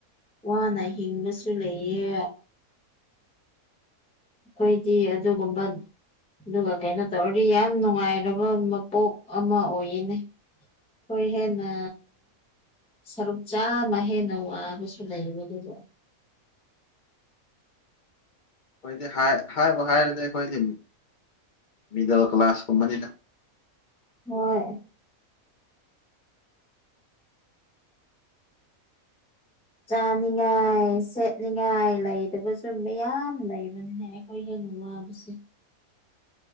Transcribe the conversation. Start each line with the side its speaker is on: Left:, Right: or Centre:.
Centre: ꯋꯥꯅ ꯍꯤꯡꯕꯁꯨ ꯂꯩꯌꯦ ꯑꯩꯈꯣꯏꯗꯤ ꯑꯗꯨꯒꯨꯝꯕ ꯑꯗꯨꯒ ꯀꯩꯅꯣ ꯇꯧꯔꯗꯤ ꯌꯥꯝ ꯅꯨꯡꯉꯥꯏꯔꯕ ꯃꯄꯣꯛ ꯑꯃ ꯑꯣꯏꯌꯦꯅꯦ ꯀꯣꯏ ꯍꯦꯟꯅ ꯁꯔꯨꯛ ꯆꯥꯃ ꯍꯦꯟꯅ ꯋꯥꯕꯁꯨ ꯂꯩꯕ ꯑꯗꯨꯕꯨ
Left: <unintelligible> ꯑꯩꯈꯣꯏꯗꯤ ꯍꯥꯏꯕ ꯍꯥꯏꯔꯗꯤ ꯑꯩꯈꯣꯏꯁꯤꯅꯤ ꯃꯤꯗꯜ ꯀ ꯀ꯭ꯂꯥꯁ ꯀꯕꯅꯤ
Centre: ꯍꯣꯏꯣꯏ ꯆꯥꯅꯤꯡꯉꯥꯏ ꯁꯦꯠꯅꯤꯡꯉꯥꯏ ꯂꯩꯗꯕ ꯆꯨꯝꯃꯦ ꯌꯥꯝꯌꯥꯝ ꯂꯩꯕꯅꯤꯅꯦ ꯑꯩꯈꯣꯏ ꯍꯦꯟꯅ ꯋꯥꯕꯁꯦ